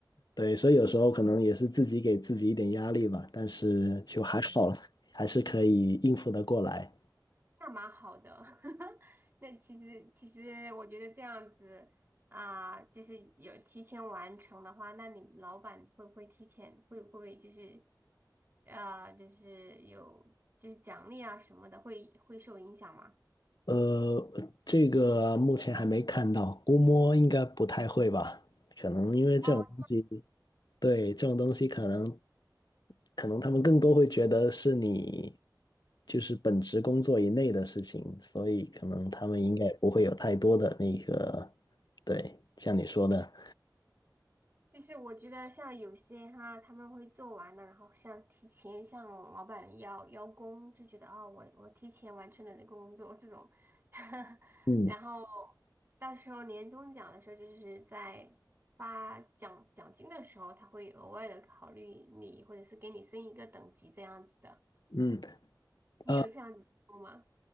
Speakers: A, on the left (about 65°); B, on the right (about 30°).
A: 对，所以有时候可能也是自己给自己一点压力吧，但是就还好了，
B: <laughs>
A: 还是可以应付得过来。
B: 那蛮好的，<laughs> 那其实其实我觉得这样子啊，就是有提前完成的话，那你老板会不会提前会会不会就是啊，就是有就是奖励啊什么的，会会受影响吗？
A: 呃，这个目前还没看到，估摸应该不太会吧？可能因为这种东西。
B: 哦。
A: 对，这种东西可能，可能他们更多会觉得是你就是本职工作以内的事情，所以可能他们应该不会有太多的那个，对，像你说的，
B: 就是我觉得像有些哈，他们会做完的，然后像提前向老板邀邀功，就觉得啊、我我提前完成了这个工作这种，<laughs>
A: 嗯
B: 然后到时候年终奖的时候，就是在发奖奖金的时候，他会额外的考虑你，或者是给你升一个等级这样子的。
A: 嗯，
B: 你有这样子做吗？
A: 呃，